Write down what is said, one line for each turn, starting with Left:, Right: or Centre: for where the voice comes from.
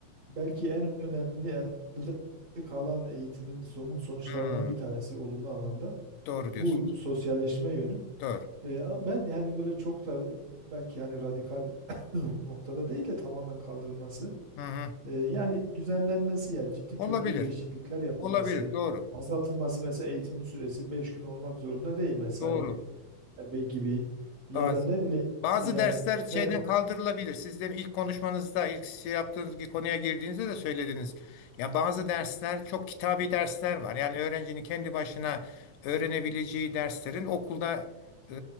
Right: Belki en önemli elde kalan eğitimin somut sonuçlarından
Left: Hmm,
Right: bir tanesi olumlu anlamda
Left: doğru
Right: bu
Left: diyorsunuz.
Right: sosyalleşme yönü.
Left: Doğru.
Right: Ee, a- ben yani böyle çok da belki hani radikal <coughs> <clears throat> noktada değil de tamamen kaldırılması.
Left: Hı hı.
Right: Ee, yani düzenlenmesi ya ciddi
Left: Olabilir.
Right: köklü değişiklikler yapılması,
Left: Olabilir. Doğru.
Right: azaltılması mesela eğitimin süresi 5 gün olmak zorunda değil mesai
Left: Doğru.
Right: gü- e, gibi ya
Left: Bazı.
Right: da ne bileyim
Left: Bazı
Right: e, yani
Left: dersler şeyden
Right: her,
Left: kaldırılabilir. Siz de ilk konuşmanızda, ilk şey yaptığınız bir konuya girdiğinizde de söylediniz. Ya bazı dersler çok kitabi dersler var. Yani öğrencinin kendi başına öğrenebileceği derslerin okulda e,